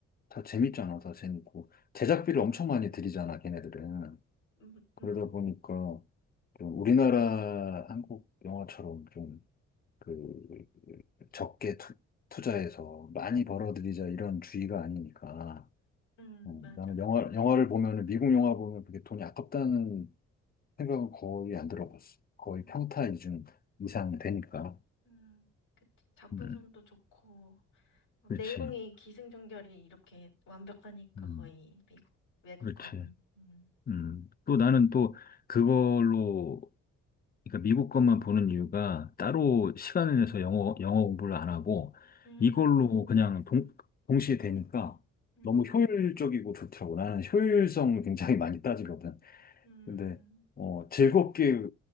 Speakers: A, on the left (about 30°); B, on the left (about 80°).
A: 다 재밌잖아, 다 재밌고 제작비를
B: 그
A: 엄청 많이 들이잖아, 걔네들은.
B: 음,
A: 그러다
B: 음,
A: 보니까 좀 우리나라 한국 영화처럼 좀 그 적게 투, 투자해서 많이 벌어들이자 이런 주의가 아니니까.
B: 음,
A: 어,
B: 맞아.
A: 나는 영화 영화를 보면은 미국 영화 보면 그게 돈이 아깝다는 생각은 거의 안 들어봤어. 거의
B: 음.
A: 평타 이중 이상 되니까.
B: 음. 그치. 작품성도
A: 음,
B: 좋고 어, 내용이
A: 그렇지.
B: 기승전결이 이렇게 완벽하니까
A: 음,
B: 거의 미국 외국
A: 그렇지.
B: 거는. 음.
A: 음, 또 나는 또 그걸로, 그러니까 미국 것만 보는 이유가 따로
B: 음.
A: 시간을 내서 영어, 영어 공부를 안 하고
B: 음.
A: 이걸로 그냥 동, 동시에 되니까
B: 음.
A: 너무 효율적이고 좋더라고. 나는 효율성을 굉장히 많이 따지거든.
B: 음.
A: 근데, 어, 즐겁게